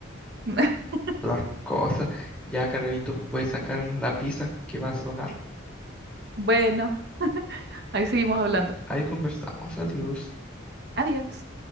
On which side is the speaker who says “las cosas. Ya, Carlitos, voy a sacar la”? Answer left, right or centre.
Centre